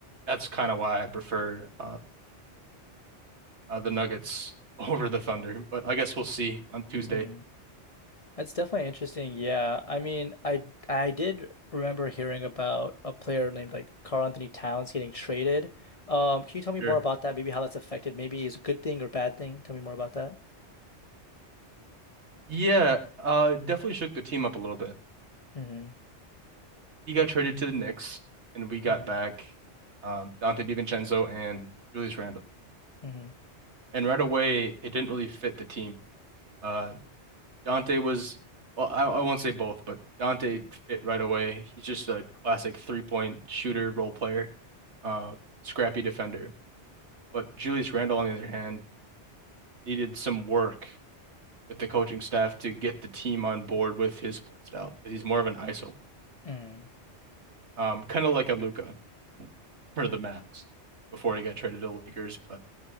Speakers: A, on the right; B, on the left.
A: that's kind of why I prefer um, uh, the Nuggets <laughs> over the Thunder. But I guess we'll see on Tuesday.
B: Mm-hmm. That's definitely interesting. Yeah. I mean, I I did remember hearing about a player named like Carl Anthony Towns getting traded. Um, can you tell me
A: Sure.
B: more about that? Maybe how that's affected. Maybe it's a good thing or bad thing. Tell me more about that.
A: Yeah, uh, definitely shook the team up a little bit.
B: Mm-hmm.
A: He got traded to the Knicks, and we got
B: Mm-hmm.
A: back um, Dante DiVincenzo and Julius Randle.
B: Mm-hmm.
A: And right away, it didn't really fit the team. Uh, Dante was, well, I, I won't say both, but Dante fit right away. He's just a classic three-point shooter role player, uh, scrappy defender. But Julius Randle, on the other hand, needed some work with the coaching staff to get the team on board with his play style 'cause he's more of an ISO,
B: Mm-hmm.
A: um, kind of like a Luka <laughs> for the Mavs before he got traded to the Lakers. But